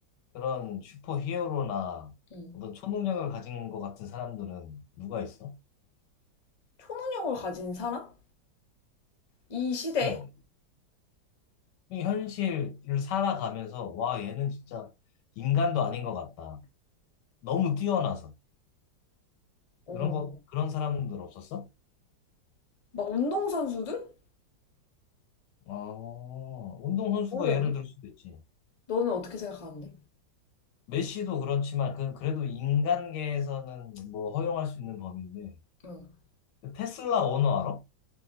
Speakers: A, on the left; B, on the left.
A: 그런 슈퍼 히어로나
B: 음.
A: 어떤 초능력을 가진 것 같은 사람들은 누가 있어?
B: 초능력을 가진 사람? 이 시대에?
A: 음. 이 현실을 살아가면서, 와, 얘는 진짜 인간도 아닌 것 같다. 너무 뛰어나서.
B: 어,
A: 그런 거, 그런 사람들 없었어?
B: 막 운동선수들?
A: 어, 운동선수가
B: 모르겠네.
A: 예를 들 수도 있지.
B: 너는 어떻게 생각하는데?
A: 메시도 그렇지만, 그, 그래도 인간계에서는 뭐 허용할 수 있는 범위인데.
B: 응.
A: 그 테슬라 오너 알아?